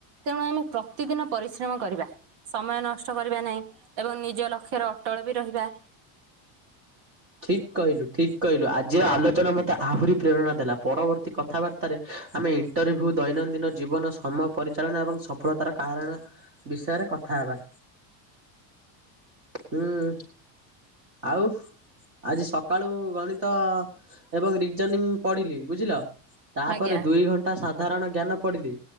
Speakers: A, on the right; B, on the right.
A: ତେଣୁ ଆମେ ପ୍ରତିଦିନ ପରିଶ୍ରମ କରିବା। ସମୟ ନଷ୍ଟ କରିବା ନାହିଁ ଏବଂ ନିଜ ଲକ୍ଷ୍ୟରେ ଅଟଳ ବି ରହିବା।
B: ଠିକ୍ କହିଲୁ ଠିକ କହିଲୁ ଆଜିର ଆଲୋଚନା ମୋତେ ଆହୁରି ପ୍ରେରଣା ଦେଲା ପରବର୍ତ୍ତୀ କଥାବାର୍ତ୍ତା ତାରେ ଆମେ ଇଣ୍ଟରଭ୍ୟୁ ଦୈନନ୍ଦିନ ଜୀବନ ସମୟ ପରିଚାଳନା ଏବଂ ସଫଳତାର କାରଣ ବିଷୟରେ କଥା ହେବା। ହୁଁ ଆଉ ଆଜି ସକାଳୁ ଗଣିତ ଏବଂ ରିଜନିଙ୍ଗ ପଢିଲି ବୁଝିଲ ତାପରେ
A: ଆଜ୍ଞା।
B: ଦୁଇ ଘଣ୍ ଟା ସାଧାରଣ ଜ୍ଞାନ ପଢିଲି